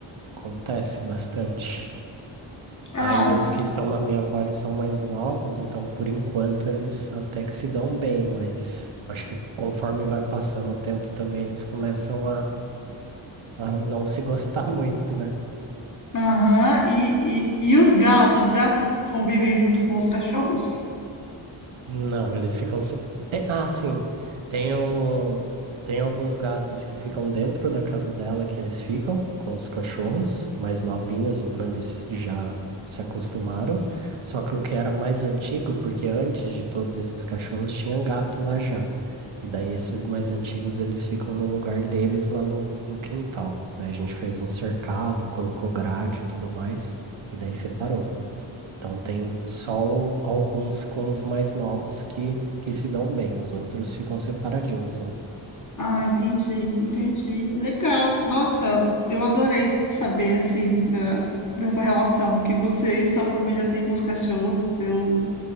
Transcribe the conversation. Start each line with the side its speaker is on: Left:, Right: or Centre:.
Right: Acontece bastante.
Left: Ah,
Right: Aí os que estão na minha vale são mais novos, então por enquanto eles até que se dão bem, mas acho que conforme vai passando o tempo também eles começam a, a não se gostar <laughs> muito, né?
Left: aham. E, e, e os gatos? Os gatos convivem junto com os cachorros?
Right: Não, eles ficam. se- Te- Ah, sim. Tem, um... Tem alguns gatos que ficam dentro da casa dela que eles ficam com os cachorros mais novinhos, então eles já se acostumaram. Só que o que era mais antigo, porque antes de todos esses cachorros tinha gato lá já. E daí esses mais antigos eles ficam no lugar deles lá no, no quintal. Daí a gente fez um cercado, colocou grade e tudo mais, e daí separou. Então tem só o- alguns com os mais novos que, que se dão bem, os outros ficam separadinhos. ó.
Left: Ah, entendi, entendi. Legal. Nossa, eu adorei saber assim da, dessa relação que você e sua família têm com os cachorros. Eu